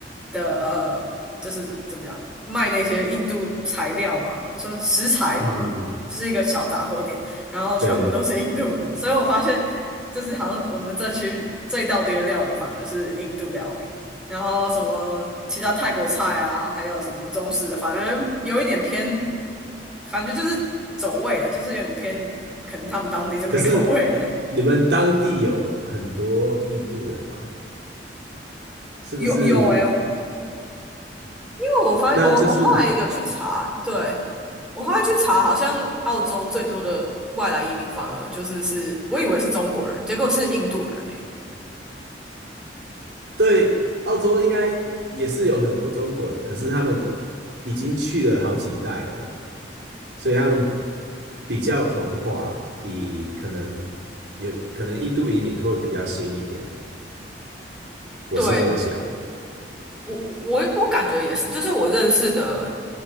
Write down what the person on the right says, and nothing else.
嗯，嗯嗯
对。
可是你们当地有很多印度人吗？
是不是？
那就是
对澳洲应该也是有很多中国人，可是他们已经去了好几代了，所以他们比较同化，比可能有可能印度移民会比较新一点，我是这么想。